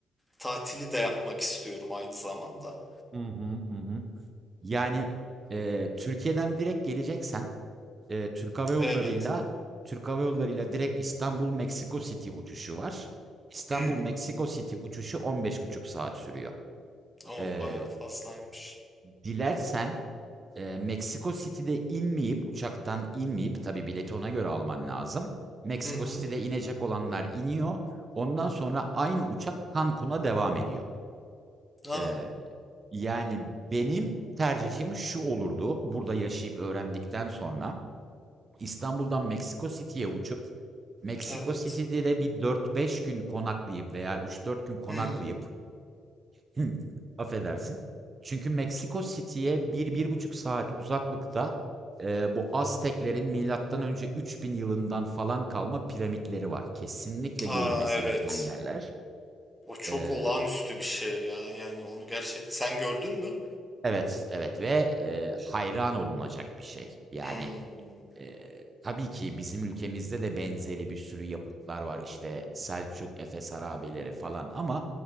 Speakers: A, in the centre; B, on the right.
A: tatili de yapmak istiyorum aynı zamanda.
B: Hı hı. Yani eee, Türkiye'den direkt geleceksen e, Türk Hava Yolları'yla
A: Evet.
B: Türk Hava Yolları'yla direkt İstanbul Meksiko City uçuşu var. İstanbul
A: Hmm.
B: Meksiko City uçuşu 15,5 saat sürüyor.
A: O
B: E,
A: bayağı fazlaymış.
B: dilersen e, Meksiko City'de inmeyip uçaktan inmeyip tabii bileti ona göre alman lazım. Meksiko
A: Hı hı.
B: City'de inecek olanlar iniyor. Ondan sonra aynı uçak Cancun'a devam ediyor.
A: Aa,
B: E, yani benim tercihim şu olurdu. Burada yaşayıp öğrendikten sonra İstanbul'dan Meksiko City'ye uçup Meksiko
A: evet.
B: City'de de bir dört beş gün konaklayıp veya üç dört gün konaklayıp
A: Hmm.
B: <laughs> affedersin. Çünkü Meksiko City'ye bir bir buçuk saat uzaklıkta e, bu Azteklerin milattan önce 3000 yılından falan kalma piramitleri var. Kesinlikle
A: Aa
B: görülmesi
A: evet.
B: gereken yerler.
A: O çok
B: E,
A: olağanüstü bir şey ya. Yani onu gerçekten sen gördün mü?
B: evet, evet ve e, hayran olunacak bir şey. Yani
A: Hmm.
B: Eee, tabii ki bizim ülkemizde de benzeri bir sürü yapıtlar var. işte Selçuk, Efes harabeleri falan ama